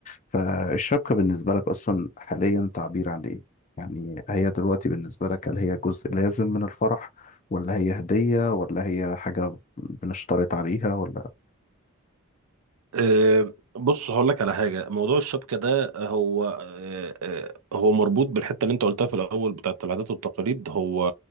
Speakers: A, on the left (about 35°); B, on the right (about 85°).
A: فالشبكة بالنسبة لك أصلا حاليا تعبير عن إيه؟ يعني هي دلوقتي بالنسبة لك هل هي جزء لازم من الفرح ولا هي هدية ولا هي حاجة بنشترط عليها ولا
B: أه، بص هقول لك على حاجه موضوع الشبكه ده هو أه، أه، هو مربوط بالحته اللي انت قلتها في الاول بتاعت العادات والتقاليد هو